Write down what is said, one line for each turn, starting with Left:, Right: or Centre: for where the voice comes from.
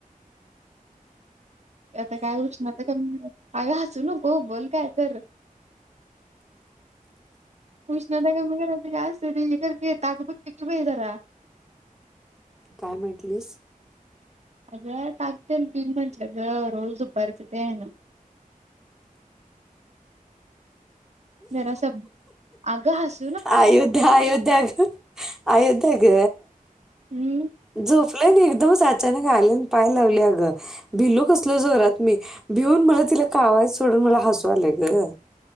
Right: आता काय उष्णता कमी अग हसू नको बोल काय तर उष्णता का मरा काय अस कर ताक बची बाई जरा
Centre: काय म्हटलीस
Right: अगं टाकते तिन म्हटल रोज दुपारच ते ना <inaudible> मरा स अग हस
Centre: अयोध्या अयोध्या ग अयोध्या ग
Right: हम्म
Centre: झोपलंय एकदमच अचानक आले पाय लावले अगं भिलू कसलं जोरात मी भिऊन मला तिला कावाय सोडून मला हसू आलंय ग